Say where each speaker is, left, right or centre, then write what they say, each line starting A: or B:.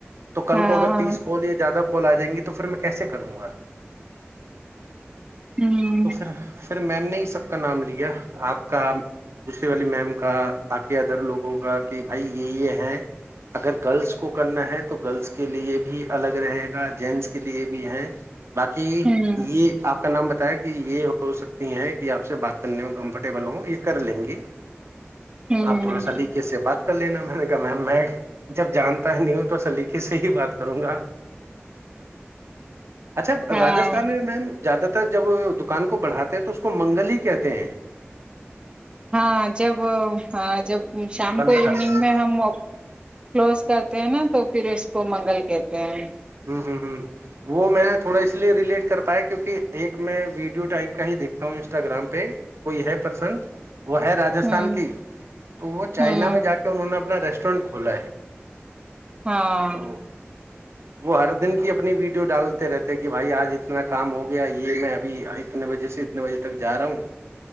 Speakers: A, on the right (about 80°); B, on the right (about 25°).
A: تو کل
B: ہاں
A: کو اگر تیس کوال یا زیادہ کوال آ جیں گی تو پھر میں کیسے کروں گا آج
B: ہوں
A: تو پھر پھر میم نے ہی سب کا نام لیا آپ کا والی میم کا باقی ادر لوگوں کا کہ بھائی یہ یہ ہیں اگر گرلس کو کرنا ہے تو گرلس کے لیے بھی ہی الگ رہے گا جینٹس کے لیے بھی ہیں باقی
B: ہوں
A: یہ آپ کا نام بتا ہے کہ یہ ہو سکتی ہے کہ آپ سے بات کرنے میں کمفرٹیبل ہو یہ کر لیں گے
B: ہوں
A: آپ تھوڑا سا ل کےے سے بات کر لینا ولیک میم میں جب جانتا ہے نی تو سلیقے سے ہی بات کروں گا اچھا
B: ہاں
A: راجستھان میں میم زیادہ تر جب دکان کو بڑھاتے ہیں تو اس کو منگل ہی کہتے ہیں
B: ہاں جب ہاں جب شام
A: دکان
B: کو ایوننگ
A: بڑھاتے ہیں
B: میں ہم کلوز کرتے ہیں نا تو پھر اس کو منگل کہتے ہیں
A: ہ ہ وہ میں تھوڑا اس لیے ریلیٹ کر پایا کیونکہ ایک میں ویڈیو ٹائپ کا ہی دیکھتا ہوں انسٹاگرام پہ کوئی ہے پرسن وہ ہے راجستھان
B: ہوں
A: کی تو وہ چائنا
B: ہوں
A: میں جا کے انہوں نے اپنا ریسٹورینٹ کھولا ہے
B: ہاں
A: تو وہ ہر دن کی اپنی ویڈیو ڈالتے رہتے کہ بھائی آج اتنا کام ہو گیا یہ میں ابھی اتنے بجے سے اتنے بجے تک جا رہا ہوں